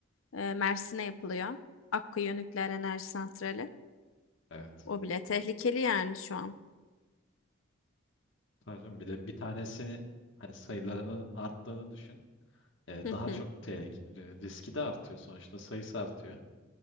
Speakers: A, on the left; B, on the left.
A: e, Mersin'e yapılıyor. Akkuyu Nükleer Enerji Santrali.
B: evet.
A: O bile tehlikeli yani şu an.
B: Tabii canım, bir de bir tanesi hani sayılarının arttığını düşün. E,
A: <laughs>
B: daha çok tehlikeli, riski de artıyor sonuçta sayısı artıyor.